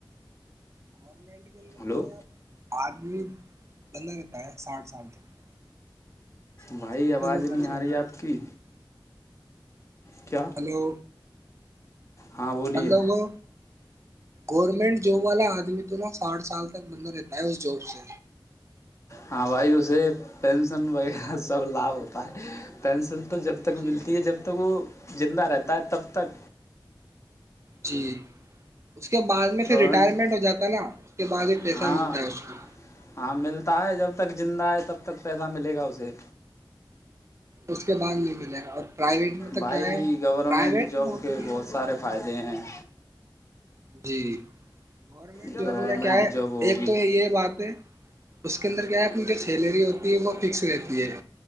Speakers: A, on the right (about 35°); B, on the left (about 35°).
A: گنمٹ <unintelligible> کے اندر
B: ہلو
A: کیا ہے آپ آدمی بندا رہتا ہے ساٹھ سال تک تو ساٹھ
B: بھائی
A: سال تک
B: آواز
A: وہ
B: نہیں
A: بند رہتا
B: آ رہی ہے آپ
A: اس کے
B: کی
A: اندر ہی۔
B: کیا
A: ہلو
B: ہاں بولیے
A: مطلو گو گورمنٹ جاب والا آدمی تو نا ساٹھ سال تک بندہ رہتا ہے اس جاب سے
B: ہاں بھائی اسے پینشن وغیرہ سب لابھ ہوتا ہے پینشن پن تو جب تک
A: جی
B: ملتی ہے جب تک وہ زندہ رہتا ہے تب تک
A: جی اس کے بع میں
B: گورنمنٹ
A: پھر ریٹائرمنٹ ہو جاتا ہے نا اس کے بعد ایک پیسہ
B: ہاں
A: ملتا ہے اس میں
B: ہاں ملتا ہے جب تک زندہ ہے تب تک پیسہ ملے گا اسے
A: اس کے بعد نہیں ملے گا اور پرائیویٹ میں تو
B: بھائی
A: کیا ہے
B: گورنمنٹ
A: پرائیویٹ
B: جاب
A: نوکری
B: کے بہت سارے فائدے ج <unintelligible>
A: جی گورنمنٹ
B: گورنمنٹ
A: جاب میں کیا ہے
B: جاب ہوگی
A: ایک تو یہ بات ہے اس کے اندر کیا ہے اپنی جو سیلری ہوتی ہے وہ فکس رہتی ہے